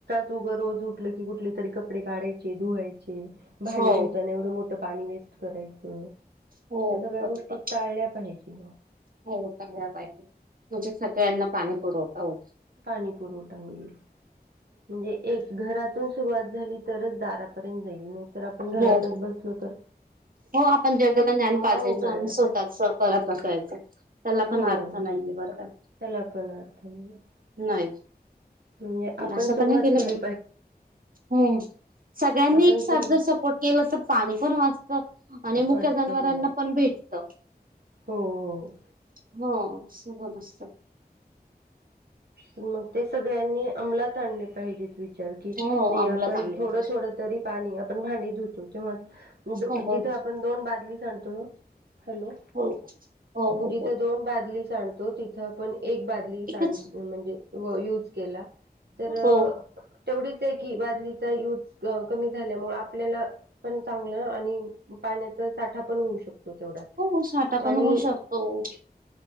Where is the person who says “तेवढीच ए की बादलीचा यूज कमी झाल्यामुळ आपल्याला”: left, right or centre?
Right